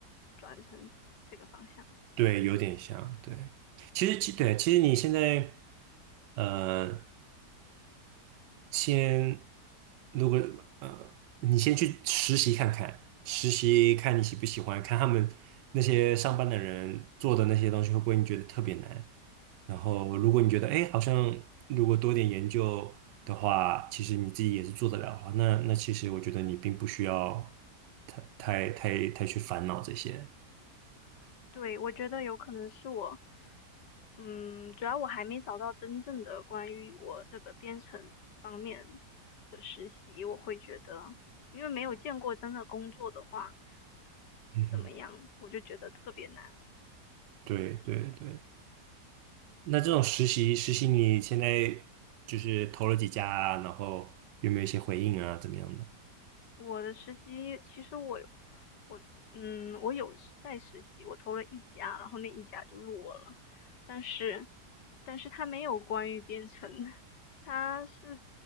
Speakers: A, on the left (about 85°); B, on the right (about 85°).
A: 转成这个方向。
B: 对，有点像。对，其实其对，其实你现在呃先，如果呃，你先去实习看看，实习看你喜不喜欢，看他们那些上班的人做的那些东西会不会你觉得特别难。然后，如果你觉得哎，诶好像如果多点研究的话，其实你自己也是做得了的话，那那其实我觉得你并不需要太太太太去烦恼这些。
A: 对，我觉得有可能是我，嗯，主要我还没找到真正的关于我这个编程方面的实习，我会觉得，因为没有见过真的工作的话是怎么样，
B: 嗯哼，
A: 我就觉得特别难。
B: 对对对。那这种实习，实习你现在就是投了几家啊然后有没有一些回应啊，怎么样的？
A: 我的实习其实我有我嗯我有在实习，我投了一家，然后那一家就落了，但是但是他没有关于编程的，它是